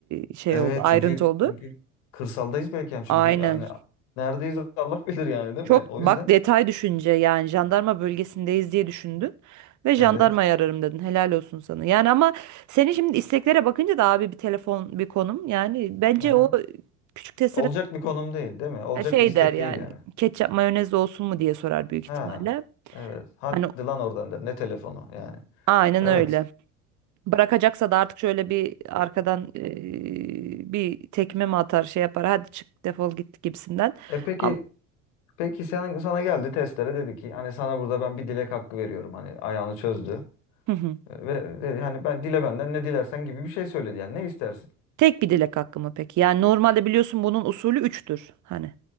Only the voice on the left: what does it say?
Evet
çünkü
çünkü kırsaldayız belki yani çünkü
yani neredeyiz Allah bilir yani değil
mi? O
yüzden
evet.
Aha.
Olacak bir konum değil, değil mi? Olacak
bir istek
değil yani.
Ha. Evet. Hadi
lan oradan der. Ne telefonu yani.
Evet.
E peki
peki sen, sana geldi testere dedi ki hani sana burada ben bir dilek hakkı veriyorum. Hani ayağını çözdü.
E, Ve dedi hani ben dile benden ne dilersen gibi bir şey söyledi yani ne istersin?